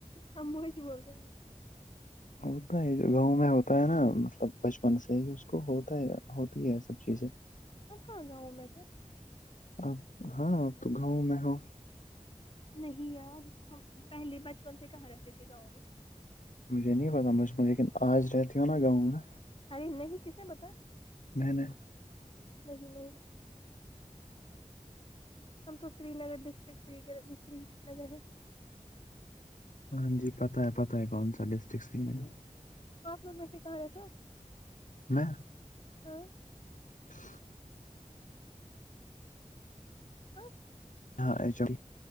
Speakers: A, on the left; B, on the left.
A: ہم موہیچ بول رہے ہیں
B: ہوتا ہے جو گاؤں میں ہوتا ہے نا مطلب بچپن سے ہی اس کو ہوتا ہے ہوتی ہے سب چیزیں
A: ہب کہاں گاؤ ہو میںجھے
B: آپ ہاں ا تو گاؤں میں ہو
A: نہیں یار ہم پہلے بچپن سے کہاں رہتے تھے گاؤں میں
B: مجھے نہیں پتا مجھ میں لیکن آج رہتی ہوں نا گاؤں میں
A: ارے نہیں کسے بتا
B: میں نے
A: نہیں نہیں ہم تو Srinagar district Srinagar Srinagar ہے
B: ہاں جی پتتا ہے پتا ہے کون سا ڈسٹرکٹ سری نگر
A: سپ لوگ میں سے کہ رہے تھ
B: میں
A: ہاں
B: ہاں
A: ہاں
B: ہاں H M